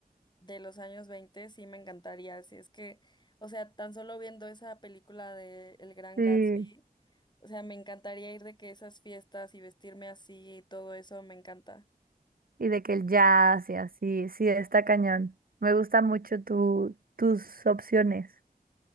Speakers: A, on the left (about 25°); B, on the right (about 65°).
A: de los años 20 sí me encantaría, si es que, o sea, tan solo viendo esa película de El Gran
B: Sí,
A: Gatsby, o sea, me encantaría ir de que esas fiestas y vestirme así y todo eso me encanta.
B: y de que el jazz y así, sí, está cañón. Me gusta mucho tu, tus opciones.